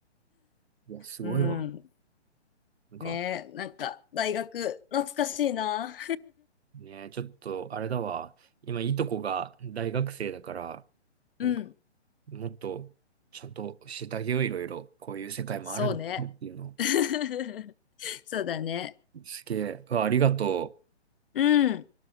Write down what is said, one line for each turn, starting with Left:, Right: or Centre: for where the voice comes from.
Right: いや、すごいわ。
Left: うん。
Right: なんか、
Left: ねえ、なんか、大学、懐かしいな。
Right: ね、ちょっと、あれだわ。今、いとこが大学生だから、
Left: うん。
Right: なんか、もっと、ちゃんと教えてあげよう、いろいろ。こういう世界もあるんだよっていうのを。
Left: そうね。<laughs> そうだね。
Right: すげえ。うわ、ありがとう。
Left: うん。